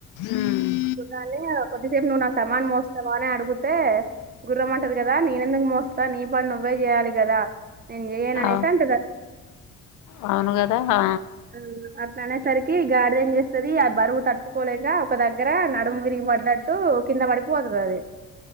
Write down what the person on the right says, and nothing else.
దాన్ని కొద్దిసేపు నువ్వు నా సమాన్ మో వానే అడుగుతే గుర్రంమంటది కదా నేనెందుకు మోస్తా నీ పని నువ్వే చేయాలి కదా నేను చెయ్యను అనేసి
అంటది అది
ఆ అట్లా అనేసరికి గాడిద ఏం చేస్తుంది ఆ బరువు తట్టుకోలేక ఒక దగ్గర నడుము విరిగి పడ్డట్టు కింద పడిపోతుంది అది